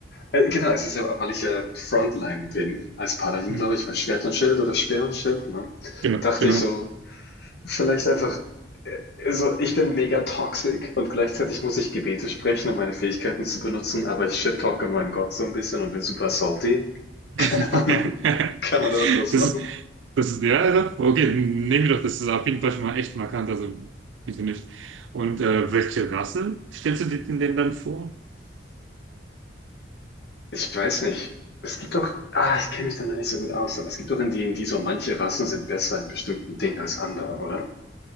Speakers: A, on the left; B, on the right.
A: Äh, genau, es ist ja, weil ich äh, Frontline bin, als Paladin,
B: Hm.
A: glaube ich, weil Schwert und Schild oder Speer und Schild, ne?
B: Genau,
A: Dachte
B: genau.
A: ich so, Vielleicht einfach, äh, also ich bin mega toxic und gleichzeitig muss ich Gebete sprechen, um meine Fähigkeiten zu benutzen, aber ich shit-talke meinen Gott so ein bisschen und bin super salty. <laughs>
B: <laughs>
A: Keine Ahnung, Kann man da was draus
B: Das
A: machen?
B: ist, das ist, ja, ja, okay, nehmen wir doch, das ist auf jeden Fall schon mal echt markant, also wieso nicht? Und äh, welche Rasse stellst du dir denn dann vor?
A: Ich weiß nicht. Es gibt doch, ah, ich kenne mich da noch nicht so gut aus, aber es gibt doch in D&D so manche Rassen sind besser in bestimmten Dingen als andere, oder?